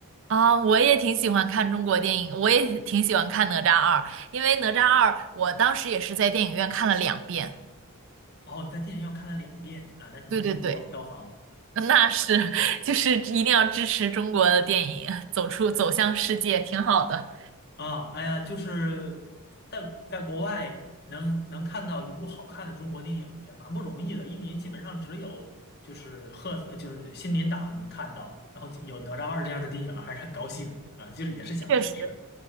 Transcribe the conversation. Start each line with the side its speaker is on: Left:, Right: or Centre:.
Right: 啊，我也挺喜欢看中国电影，我也挺喜欢看《哪吒二》，因为《哪吒二》我当时也是在电影院看了两遍。
Left: 哦，你在电影院看了两遍啊，那你贡献不少票房
Right: 对对对，那是，<laughs> 就是一定要支持中国的电影，走出走向世界，挺好的。
Left: 啊。哎呀，就是在在国外能能看到一部好看的中国电影也蛮不容易的，一年基本上只有就是贺呃就是新年档能看到，然后有《哪吒二》这样的电影，还是很高兴啊，就是也是想支持。
Right: 确实。